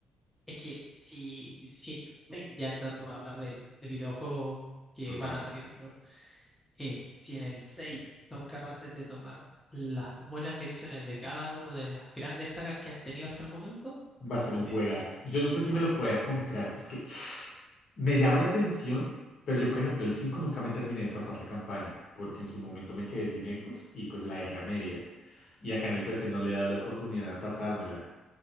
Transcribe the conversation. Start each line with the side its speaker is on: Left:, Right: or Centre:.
Centre: Es que si, si en ya entrando a hablar de, de videojuegos que
Left: Total.
Centre: van a salir, pero eh, si en el 6 son capaces de tomar las buenas lecciones de cada una de las grandes sagas que han tenido hasta el momento,
Left: Va a ser
Centre: bien,
Left: un juegazo.
Centre: va
Left: Yo no sé
Centre: a
Left: si
Centre: ser
Left: me
Centre: un
Left: lo
Centre: juegazo.
Left: pueda comprar. Es que <sniffs> <sighs> me llama la atención, pero yo, por ejemplo, el 5 nunca me terminé de pasar la campaña, porque en su momento me quedé sin Xbox y pues la dejé a medias. Y acá en el PC no le he dado la oportunidad de pasármela.